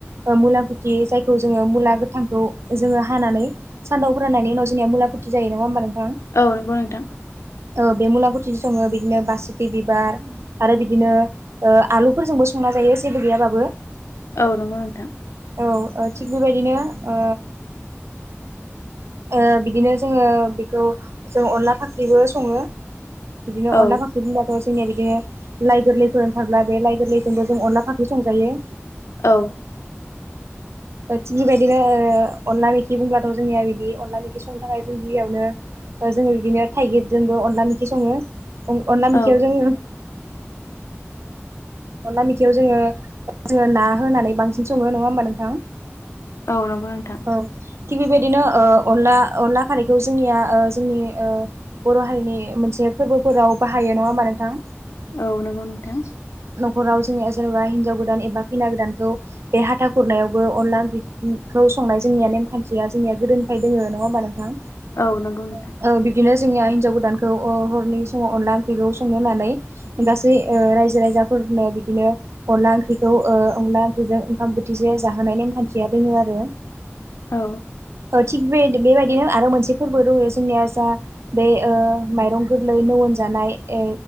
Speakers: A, on the right; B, on the left.
A: ओ मुलाखुथि जायखौ जोङो मुला गोथांखौ जोङो हानानै सान्दंआव फोराननायनि उनाव जोंनिया मुलाखुथि जायो नङा होमबा नों
B: औ नंगौ नोंथां
A: ओ बे मुलागुथिजों सङो बिदिनो बासिखि बिबार आरो बिदिनो ओ आलुफोरजोंबो संना जायो जेबो गैयाबाबो
B: औ नंगौ नोंथां
A: औ ओ थिग बेबायदिनो ओ ओ बिदिनो जोङो बेखौ जों अनला फाख्रिबो सङो बिदिनो
B: औ
A: अला फाख्रि बुंबाथ' जोंनिया बिदिनो लाइ गोरलैफोर थाब्ला बे लाइ गोरलैजोंबो जों अनला फाख्रि संजायो
B: औ
A: ओ थिग बेबायदिनो ओ अनला मैखि बुंब्लाथ' जोंनिया बि अनला मैखि संनो थाखाय जों गिबियावनो ओ जोङो बिदिनो थाइगिरजोंबो अनला मैखि सङो अनल मैखियाव
B: औ
A: जोङो अनला मेखियाव जोङो जोङो ना होनानै बांसिन सङो नङा होमबा नोंथां
B: औ नंगौ नोंथां
A: औ थिग बेबायदिनो ओ अनला अनला खारैखौ जोंनिया ओ जोंनि ओ बर' हारिनि मोनसे जे फोरबोफोराव बाहायो नङा होमबा नोंथां
B: औ नंगौ नोंथां
A: हराव जोंनिया जेनेबा हिनजाव गोदान एबा खैना गोदानखौ बे हाथा खुरनायावबो अनला ओंख्रैखौ संनाय जोंनिया नेमखान्थिया जोंनिया गोदोनिफ्राय दोङो नङा होमबा नोंथां
B: औ नंगौ नोंथां
A: औ बिब्दिनो जोंनिया हिनजाव गोदानखौ ओ हरनि समाव अनला ओंख्रिखौ संनो होननानै गासै ओ रायजो राजाफोर नो बिदिनो अनला ओंख्रिखौ ओ अनला ओंख्रिजों ओंखाम बोथिसे जाहोनाय नेमखान्थिया दोङो आरो <unintelligible>
B: औ
A: थिग बे बेबायदिनो आरो मोनसे फोरबो दङो जोंनिया जा बे ओ माइरं गोरलै नौवोन जानाय‌ ओ